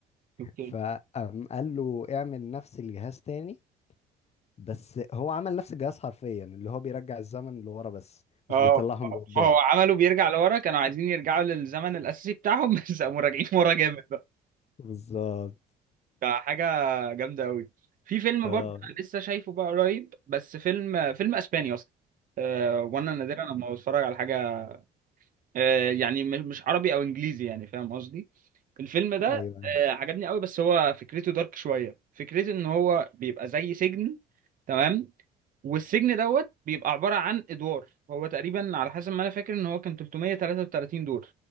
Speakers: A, on the right; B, on the left.
A: اوكي
B: فقام قال له اعمل نفس الجهاز تاني بس هو عمل نفس الجهاز حرفيا اللي هو بيرجع الزمن لورا بس
A: اه
B: مش بيطلعهم لقدام
A: هو عملوا بيرجع لورا كانوا عايزين يرجعوا للزمن الاساسي بتاعهم بس قاموا راجعين <laughs> ورا جامد بقى
B: بالظبط
A: فحاجه جامده قوي في فيلم
B: اه
A: برضه انا لسه شايفه بقى قريب بس فيلم فيلم اسباني اصلا آه، وانا نادرا لما بتفرج على حاجه آه، يعني م- مش عربي او انجليزي يعني فاهم قصدي الفيلم ده
B: ايوه أيوة.
A: آه، عجبني قوي بس هو فكرته دارك شويه فكرته ان هو بيبقى زي سجن تمام والسجن دوت بيبقى عباره عن ادوار هو تقريبا على حسب ما انا فاكر ان هو كان 333 دور